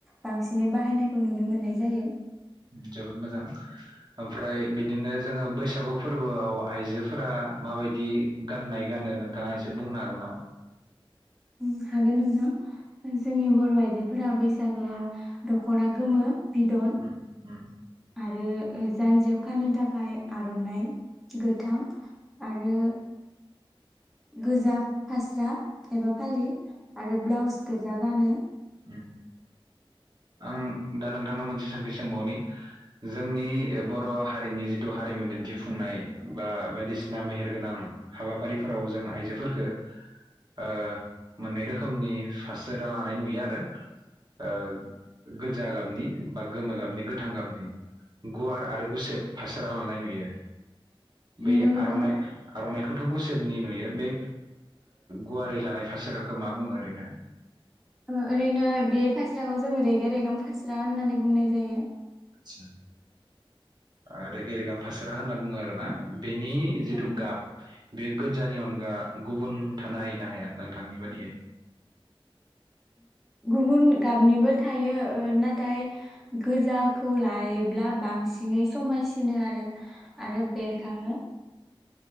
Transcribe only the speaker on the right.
जोबोद मोजां ओमफ्राय बिदिनो जोङो बैसागु फोरबोआव आइजोफोर आ माबायदि गाननाय गानो नोंथाङा एसे बुंनो हागोन नामा?
उम उम
उम। आं दा नोंथांनाव मोनसे सोंथि सोंबावनि जोंनि बर हारिनि जिथु हारिमु दिन्थिफुंनाय बा बायदिसिना मेहेरगोनां हाबाफारिफोराव जों आइजोफोरखो ओ मोननै रोखोमनि फासोरा लानाय नुयो आ रो ओ गोजा गाबनि बा गोमो गाबनि गोथां गाबनि गुवार आरो गुसेब फासारा लानाय नुयो।
बे
आरनाइ आरनाइखौ थ गुसेबनि नुयो बे गुवारै लानाय फासाराखौ मा बुङो ओरैनो
आदसा ओ रेगे रेगां फासोरा होनना बुङो आरो ना बेनि
जितु गाब बे गोजानि अनगा गुबुन थानो हायो ना हाया नोंथांनि बादियै